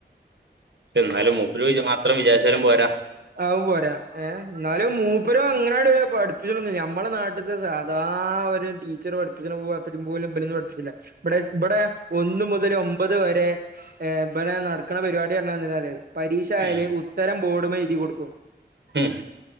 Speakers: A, on the right; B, on the right.
A: ഇന്നാലും മുപ്പര് മാത്രം വിചാരിച്ചാലും പോര.
B: അവും പോര ഏഹ് ഇന്നാലും മൂപ്പരും അങ്ങനണ്ട് പഠിപ്പിച്ചൊണുന്നില്ല. ഞമ്മളെ നാട്ട. ട്ട്ത്തെ സാധാ ഒരു ടീച്ചർ പഠിപ്പിച്ച്ണ പോൽ അത്രി. പോലും ഇബലൊന്നും പഠിപ്പിച്ചിണില്ല. ഇബടെ ഇബടെ ഒന്ന് മുതല് ഒമ്പത് വരെ. ഏഹ് ഇബടെ നടക്ക്ണ പരിപാടി പറഞ്ഞാല് എന്തെന്നറിയോ പരീക്ഷായാല്
A: ഉം
B: ഉത്തരം ബോർഡ്മ്മെ എഴുതി കൊടുക്കും.
A: ഉം